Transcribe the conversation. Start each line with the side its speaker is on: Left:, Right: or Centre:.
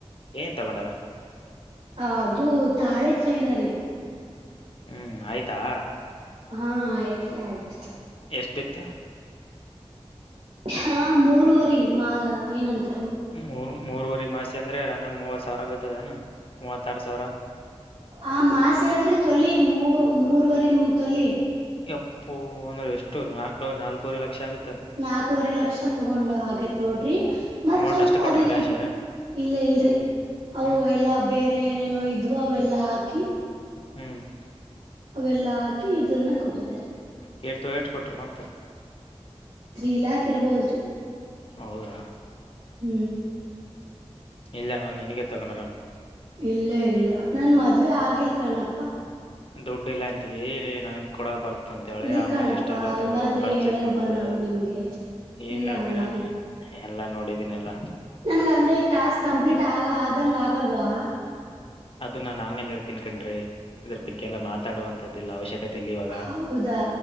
Left: ಏನ್ ತಗೊಂಡಾರ
Right: ಹ ಅದು ತಾಳೆ ಚೈನರಿ
Left: ಹ್ಮ್ ಆಯ್ತಾ
Right: ಹಾ ಆಯ್ತ್ರಿ ಆಯ್ತ್ರಿ
Left: ಎಷ್ಟು ಬಿತ್ತು
Right: ಹಾ ಮೂರವರಿ ಮಾ ಏನಂತ
Left: ಮೂರ್ ಮೂರವರೆ ಮಾಸಿ ಅಂದ್ರೆ ಅಂದ್ರೆ ಮೂವ ಸಾವಿರ ಬದದ ಮೂವತ್ತ ಆರ ಸಾವಿರ
Right: ಆ ಮಾಸ ಅಲ್ರಿ ತೊಲಿ ಮೂ ಮೂರ್ವರಿ ತೊಲಿ
Left: ಎಪ್ಪು ಅಂದ್ರೆ ಎಷ್ಟು ನಾಲ್ಕು ನಾಲ್ಕೂವರೆ ಲಕ್ಷ ಆಗುತ್ತೆ
Right: ನಾಕವರೆ ಲಕ್ಷ ತಗೊಂಡ್ ಆಗೇತ್ ನೋಡ್ರಿ ಮತ್
Left: ಅಮೌಂಟ್
Right: ಸ್ವಲ್ಪ
Left: ಅಷ್ಟು ಕೊಟ್ರ
Right: ಅದ
Left: ಕ್ಯಾಶ್
Right: ಇಲ್ಲ ಇಲ್ರಿ ಅವು
Left: ಹ್ಮ್
Right: ಎಲ್ಲಾ ಬೇರೆ ನೋ ಇದ್ವ ಅವೆಲ್ಲಾ ಹಾಕಿ
Left: ಹ್ಮ್
Right: ಅವೆಲ್ಲಾ ಹಾಕಿ ಇದನ್ನ ಕೊಟ್ಟಿದ್ದಾರೆ
Left: ಹೇಳ್ತ ಎಷ್ಟ ಕೊಟರು ಮತ್ತ
Right: ತ್ರೀ ಲಾಕ್ ಇರ್ಬೋದ್ರಿ
Left: ಹೌದಾ
Right: ಹ್ಮ್
Left: ಇಲ್ಲ ನಾನ್ ನಿನಗೆ ತಗೊಂಡ
Right: ಇಲ್ಲ ಇಲ್ಲ ನನ್ ಮದ್ವೆ ಆಗಿಲ್ ಕಣಪ್ಪಾ
Left: ದುಡ್ಡು ಇಲ್ಲ ಅಂತಿದಿ ನನನ್ಗೆ ಕೊಡ ಬರ್ ಗ ಅಂತೇಳಿ
Right: ಇಲ್
Left: ಆಮ್ಯಾಗ
Right: ಕಣಪ್ಪಾ
Left: ಇಷ್ಟ ಎಲ್ಲ
Right: ಹಂಗಾದ್ರೆ
Left: ತಗೋದು ಪರ್ಚೇಸ್
Right: ಹೇಳಲ್ವಾ
Left: ಮಾಡೋದು
Right: ನಾವು ನಿಮ್ಗೆ
Left: ಏನ್
Right: ಇಲ್ಲ
Left: ಹೇಳಳ್ತೀರಾ
Right: ಅಲ್ಲ
Left: ಎಲ್ಲಾ ನೋಡಿದ ಜನಲ್ಲ
Right: ನಂಗ ಅಂದ ಟಾಸ್ಕ್ ಕಂಪ್ಲೀಟ್ ಆಗ ಆದಂಗ ಆಗಲ್ವಾ
Left: ಅದು ನಾನ್ ಆಮೇಲೆ ಹೇಳ್ತೀನ್ ಕ್ರಿ ಇದ್ರ ಬಗ್ಗೆ ಎಲ್ಲ ಮಾತಾಡುವಂತದಲ್ಲ ಅವಶ್ಯಕತೆ ಲ್ಲಿ ಇವಾಗ
Right: ಹೌದಾ